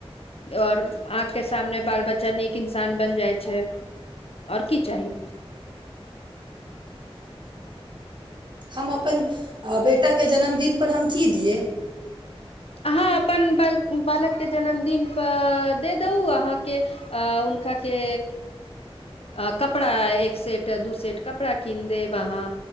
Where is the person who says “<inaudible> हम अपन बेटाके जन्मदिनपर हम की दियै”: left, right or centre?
Right